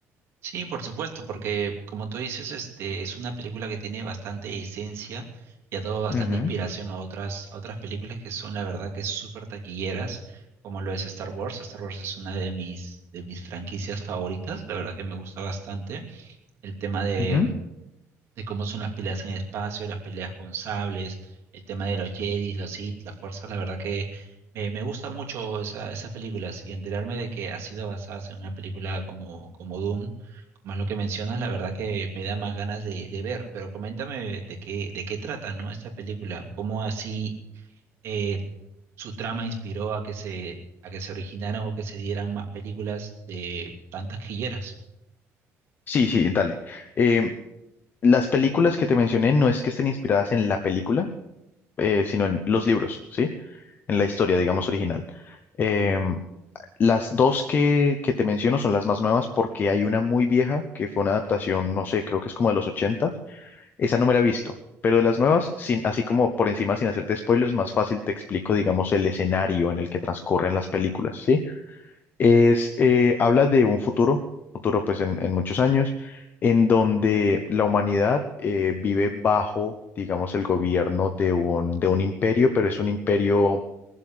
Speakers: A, on the right (about 50°); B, on the left (about 35°).
A: Sí, por supuesto, porque como tú dices, este es una película que tiene bastante esencia y ha dado bastante
B: Ujú,
A: inspiración a otras, a otras películas que son la verdad que súper taquilleras, como lo es Star Wars. Star Wars es una de mis, de mis franquicias favoritas, la verdad que me gusta bastante. El tema de,
B: ujú.
A: de cómo son las peleas en el espacio, las peleas con sables, el tema de los Jedi, los Sith, las fuerzas, la verdad que me, me gusta mucho esa- esas películas y enterarme de que ha sido basada en una película como, como Doom, como es lo que mencionas, la verdad que me da más ganas de, de ver, pero coméntame de qué, de qué trata, ¿no? Esta película, cómo así eh, su trama inspiró a que se, a que se originaran o que se dieran más películas de tantas quilleras.
B: Sí, sí, dale. Em, Las películas que te mencioné no es que estén inspiradas en la película, eh, sino en los libros, ¿sí? En la historia, digamos, original. Eh, las dos que, que te menciono son las más nuevas porque hay una muy vieja que fue una adaptación, no sé, creo que es como de los 80. Esa no me la he visto, pero de las nuevas, sin, así como por encima, sin hacerte spoilers, más fácil te explico, digamos, el escenario en el que transcurren las películas, ¿sí? es, eh, habla de un futuro, futuro pues en, en muchos años, en donde la humanidad eh, vive bajo, digamos, el gobierno de un, de un imperio, pero es un imperio